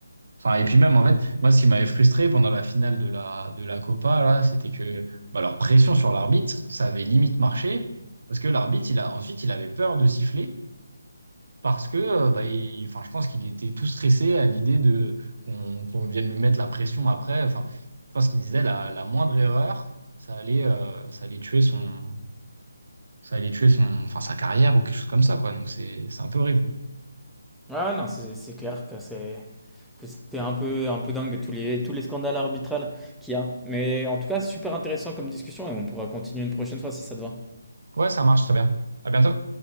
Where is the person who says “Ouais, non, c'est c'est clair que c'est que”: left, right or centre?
Centre